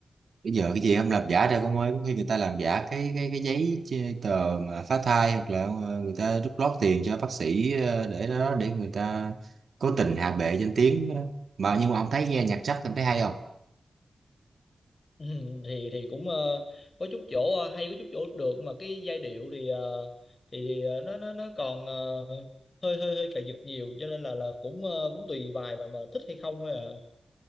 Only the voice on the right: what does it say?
bây giờ cái gì không làm giả đâu con ơi có khi người ta làm giả cái cái cái giấy chê- tờ mà phá thai hoặc là ờ, người ta rút lót tiền cho bác sĩ ờ, để đó để người ta cố tình hạ bệ danh tiếng đó mà nhưng mà ông thấy nghe nhạc Jack ông thấy hay không